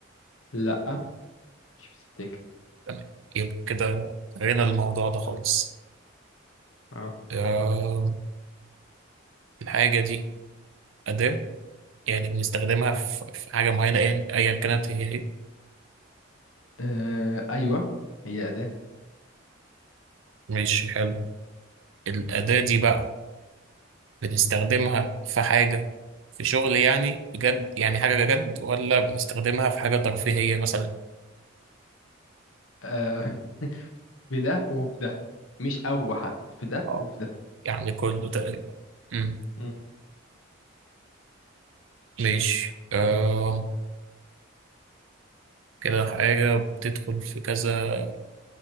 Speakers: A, on the left; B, on the right.
A: لا مش بتتاكل
B: تمام يبقى كده غنى الموضوع ده خالص
A: اه
B: آه، الحاجة دي أداة يعني بنستخدمها في في حاجة معينة أيا أيا كانت هي إيه
A: أه، ايوه هي أداة
B: ماشي حلو الأداة دي بقى بنستخدمها في حاجة في شغل يعني بجد يعني حاجة جد ولا بنستخدمها في حاجة ترفيهية مثلا
A: أه في ده وفي ده مش او حتى في ده
B: اه
A: وفي ده
B: يعني كله تقريبا أمم،
A: مم.
B: ماشي آه، كده حاجة بتدخل في كذا